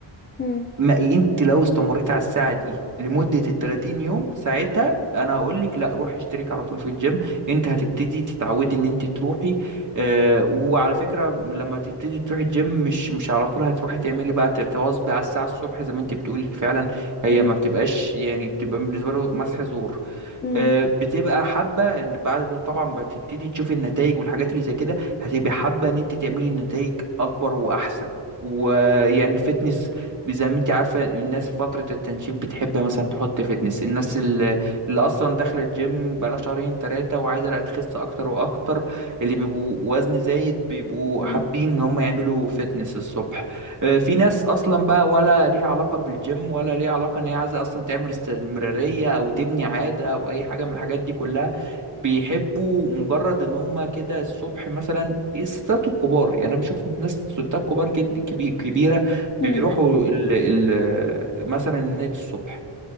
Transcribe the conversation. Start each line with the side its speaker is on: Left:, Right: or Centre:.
Left: مم.
Right: ما انت لو استمريت على الساعة دي لمدة ال 30 يوم ساعتها انا هقول لك لا روحي اشترك على طول في الجيم انت هتبتدي تتعودي ان انت تروحي اه وعلى فكرة لما تبتدي تروحي الجيم مش مش على طول هتروحي تعملي بقى تتواظبي على الساعة الصبح زي ما انت بتقولي فعلا هي
Left: مم.
Right: ما بتبقاش يعني بتبقى بالنسبة له مسح زور
Left: مم.
Right: آه، بتبقى حابه ان بعد ما طبعا بتبتدي تشوفي النتائج والحاجات اللي زي كده هتبقى حابه ان انت تعملي نتائج اكبر واحسن ويعني الفتنس زي ما انت عارفه الناس في فتره التنشيف بتحب مثلا تحط فتنس الناس اللي, اللي اصلا داخله الجيم بقالها شهرين ثلاثه وعايزه تخس اكتر واكتر اللي بيبقوا وزن زايد بيبقوا
Left: مم.
Right: حابين ان هم يعملوا فتنس الصبح آه، في ناس اصلا بقى ولا ليها علاقه بالجيم ولا ليها علاقه ان هي عايزه اصلا تعمل استمراريه او تبني عاده او اي حاجه من الحاجات دي كلها بيحبوا مجرد ان هم كده الصبح مثلا الستات الكبار يعني انا بشوف ناس ستات كبار جد كبي- كبيره بيروحوا
Left: مم.
Right: ال ال مثلا النادي الصبح